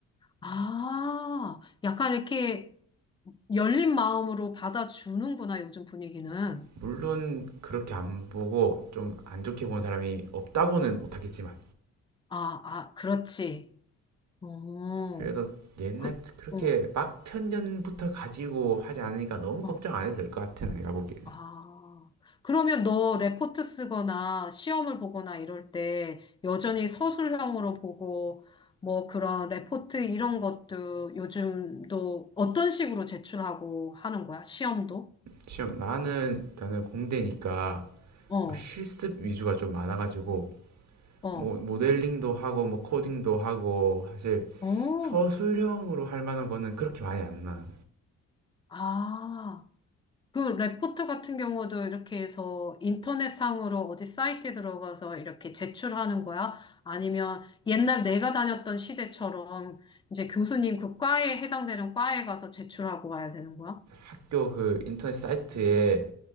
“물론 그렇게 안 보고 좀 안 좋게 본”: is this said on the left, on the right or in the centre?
Right